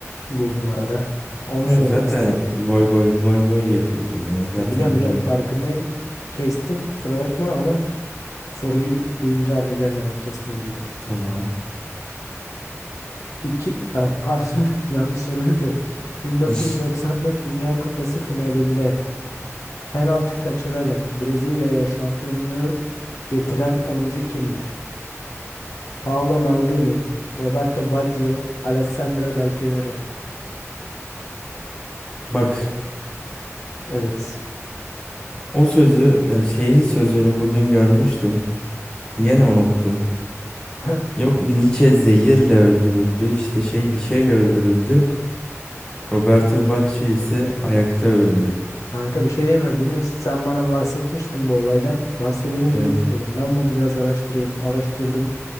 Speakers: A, on the left; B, on the left.
A: buldum arada. Onu
B: Evet
A: sormak
B: zaten
A: istedim.
B: goy goy goy goy yapıyordum yani. Zaten
A: Ya biliyorum biliyorum
B: hani
A: farkındayım. Kestim kusura bakma ama soruyu duyunca anlayacaksın neden kestiğimi diyorum.
B: tamam.
A: İki, ha, pardon <laughs> yanlış soru okuyorum. 1994
B: <laughs>
A: Dünya Kupası finalinde penaltı kaçırarak Brezilya'ya şampiyonluğu getiren oyuncu kimdir? Paolo Maldini, Roberto Baggio, Alessandro Del Piero.
B: Bak
A: Evet.
B: o sözü e, şeyi sözünü bugün görmüştüm. Yine unuttum.
A: <laughs>
B: Yok Nietzsche zehirle öldürüldü. İşte şey bir şeyle öldürüldü. Roberto Bacci ise ayakta öldü.
A: Kanka bir şey diyeyim mi? Bugün sen bana bahsetmiştin bu olaydan. Bahsedince
B: Evet.
A: dedim ki ulan ben bunu biraz araştırayım. Araştırdım,